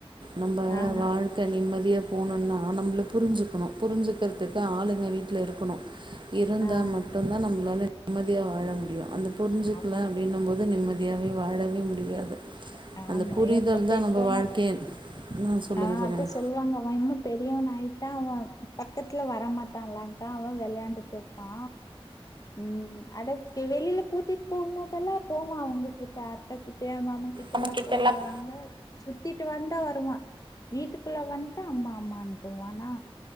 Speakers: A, on the right (about 55°); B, on the left (about 35°).
A: நம்ம
B: ஆஹ
A: வாழ் க நிம்மதியா போகணுனு ஆ நம்பல புரிஞ்சுக்கணு புரிஞ்சுக்கறதுக்கு ஆளுங்க வீட்டுல இருக்கணும் இருந்தா
B: ஆ
A: மட்டும்தா நம்மளால நிம்மதியா வாழ முடியு அந்த புரிஞ்சு
B: ஆமா
A: அப்டின்னு போது நிம்மதியாவே வாழவே முடியாது
B: ஆமா
A: அந்த புரிதல்
B: எப்ப
A: தான்
B: பெரியோவனா
A: நம்ம வாழ்க்கையே சொல்லுங்க
B: ஆ
A: சொல்லுங்க
B: அத சொல்லுவாங்க வா இன்னு பெரியவன் ஆயிட்டா அவ பக்கத்துல வரமாட்டான்ல்கா அவ வெளையாண்டுட்டு இருப்பா ம் அது கே வெளியில கூட்டிட்டு போகும் போதெல்லா போவா அவங்ககிட்ட அத்தகிட்டே மாமா கிட்ட
A: நம்ம
B: எல்லா போவாங்க
A: எல்லாம்
B: சுத்திட்டு வந்தா வருவா வீட்டுக்குள்ள வந்ட்டா அம்மா அம்மாட்டுவானா